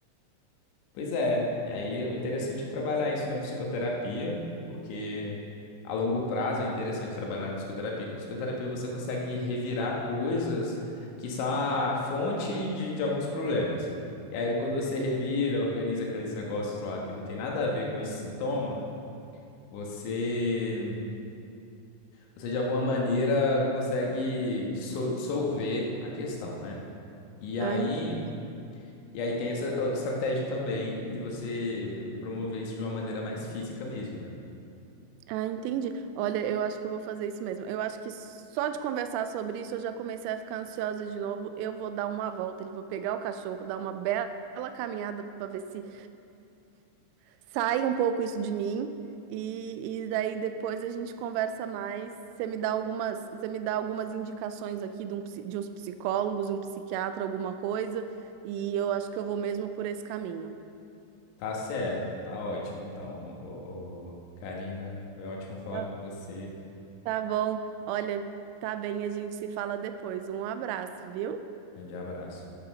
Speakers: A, on the left; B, on the right.
A: Pois é, e aí o interessante é trabalhar isso na psicoterapia, porque a longo prazo é interessante trabalhar na psicoterapia, que a psicoterapia você consegue revirar coisas que são a fonte de, de alguns problemas. E aí quando você revira, organiza aqueles negócios lá que não tem nada a ver com esse sintoma, você, você de alguma maneira consegue disso- dissolver a questão, né? E
B: Ah,
A: aí.
B: entendi.
A: E aí tem essa estratégia também de você promover isso de uma maneira mais física mesmo, né?
B: Ah, entendi. Olha, eu acho que eu vou fazer isso mesmo. Eu acho que só de conversar sobre isso eu já comecei a ficar ansiosa de novo. Eu vou dar uma volta, eu vou pegar o cachorro, dar uma bela caminhada para ver se sai um pouco isso de mim e, e daí depois a gente conversa mais. Você me dá algumas, você me dá algumas indicações aqui de, um psi- de uns psicólogos, um psiquiatra, alguma coisa, e eu acho que eu vou mesmo por esse caminho.
A: Tá certo, tá ótimo. Então, ô, ô, Karina, foi ótimo falar
B: Tá,
A: com você.
B: tá bom. Olha, tá bem, a gente se fala depois. Um abraço, viu?
A: Grande abraço.